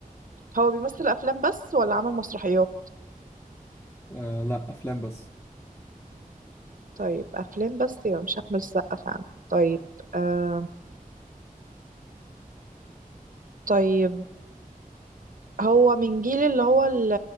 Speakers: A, on the right; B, on the left.
A: هو بيمثل افلام بس ولا عمل مسرحيات
B: آه لا أفلام بس
A: طيب افلام بس يبقى مش احمد السقا فعلا طيب آه طيب هو من جيل اللي هو ال-